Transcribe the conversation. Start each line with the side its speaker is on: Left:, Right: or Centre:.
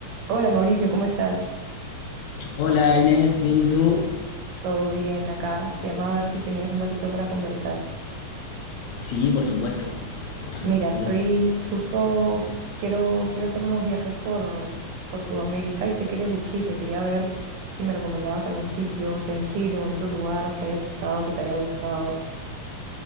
Right: Hola Mauricio, ¿cómo estás?
Left: Hola Inés, ¿bien y tú?
Right: ¿Todo bien acá? Te llamaba a ver si tenías un ratito para conversar.
Left: Sí, por supuesto, por supuesto
Right: Mira,
Left: aquí.
Right: estoy justo, quiero, quiero hacer unos viajes por, por Sudamérica y sé que eres de Chile. Quería ver si me recomendabas algún sitio, sea en Chile o en otro lugar que hayas estado, que te haya gustado.